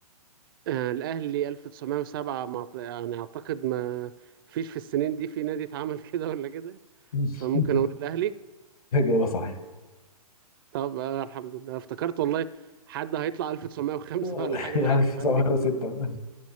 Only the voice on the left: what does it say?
<laughs>
إجابة صحيحة
<laughs>
1906